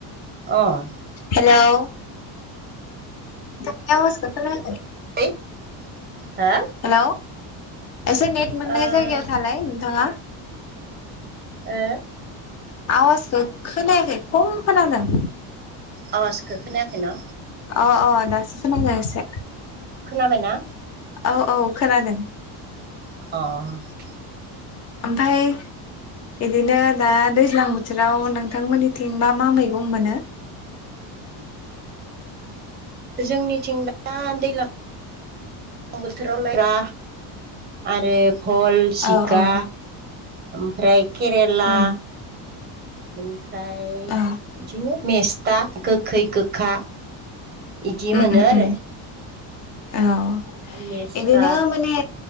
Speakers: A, on the right (about 20°); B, on the left (about 35°).
A: अह
B: हेलौ! नोंथांनि आवजखो खोनायाखै
A: <unintelligible> हा
B: हेलौ! एसे नेट मोननाय
A: ओ
B: जायगायाव थालाय नोंथाङा।
A: ओ
B: आवाजखौ खोनायाखै खम खोनादों।
A: आवाजखौ खोनायाखैना?
B: अ अ दासो खोनादों एसे
A: खोनाबायना?
B: औ औ खोनादों।
A: अह
B: ओमफ्राय बिदिनो दा दैज्लां बोथोराव नोंथांमोननिथिं मा मा मैगं मोनो?
A: जोंनिथिं दा दैलां लां बोथोराव लाय, खुमब्रा आरो भल, जिखा
B: औ औ
A: ओमफ्राय केरेला
B: उम
A: बेनिफ्राय
B: औ
A: बिदिनो मेस्था गोखै गोखा यिदि
B: उम
A: मोनो
B: उम
A: आरो
B: उम औ यिदिनो
A: लेस्रा
B: माने